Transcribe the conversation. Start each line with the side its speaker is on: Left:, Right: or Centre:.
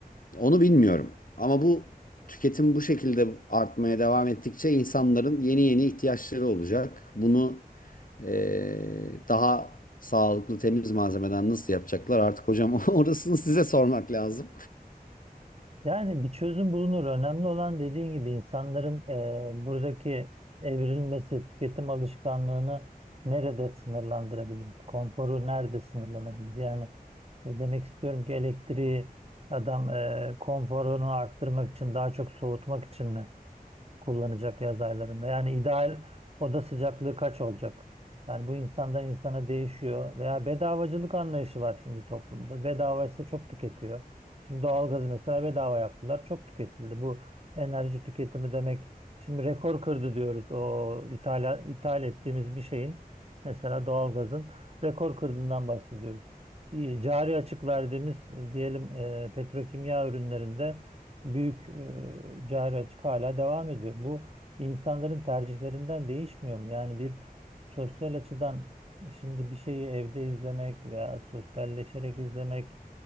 Left: Onu bilmiyorum. Ama bu tüketim bu şekilde artmaya devam ettikçe insanların yeni yeni ihtiyaçları olacak. Bunu eee, daha sağlıklı temiz malzemeden nasıl yapacaklar artık hocam <laughs> orasını size sormak lazım.
Right: Yani bir çözüm bulunur. Önemli olan dediğin gibi insanların e, buradaki evrilmesi, tüketim alışkanlığını nerede sınırlandırabiliriz? Konforu nerede sınırlanabilir? Yani e, demek istiyorum ki elektriği adam e, konforunu arttırmak için, daha çok soğutmak için mi? kullanacak yaz aylarında. Yani ideal oda sıcaklığı kaç olacak? Yani bu insandan insana değişiyor. Veya bedavacılık anlayışı var şimdi toplumda. Bedava ise çok tüketiyor. Şimdi doğalgazı mesela bedava yaptılar. Çok tüketildi. Bu enerji tüketimi demek. Şimdi rekor kırdı diyoruz. O ithal, ithal ettiğimiz bir şeyin mesela doğalgazın rekor kırdığından bahsediyoruz. İyi, Cari açık verdiğimiz e, diyelim e, petrokimya ürünlerinde büyük e, cari açık hala devam ediyor. Bu insanların tercihlerinden değişmiyor mu? Yani bir sosyal açıdan şimdi bir şeyi evde izlemek veya sosyalleşerek izlemek,